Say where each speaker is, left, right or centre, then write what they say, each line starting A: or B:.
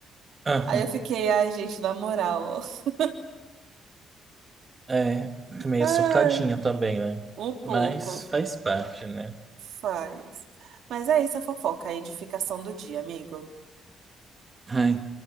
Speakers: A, on the right (about 30°); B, on the right (about 75°).
A: aham.
B: Aí eu fiquei, ai, gente, na moral, ó. <laughs>
A: É, meio
B: Ai,
A: surtadinha também, né?
B: um pouco.
A: Mas faz parte, né?
B: Faz. Mas é isso a fofoca, a edificação do dia, amigo.
A: Ai,